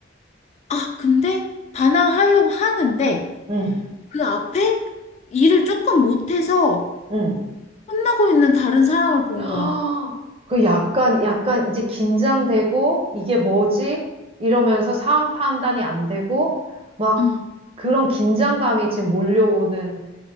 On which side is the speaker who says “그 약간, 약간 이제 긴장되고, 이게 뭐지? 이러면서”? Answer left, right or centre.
Right